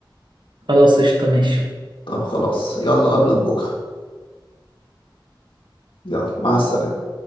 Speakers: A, on the right (about 65°); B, on the left (about 80°).
A: خلاص قشطه ماشي
B: طب خلاص يلا قبلك بكرة يلا مع السلامة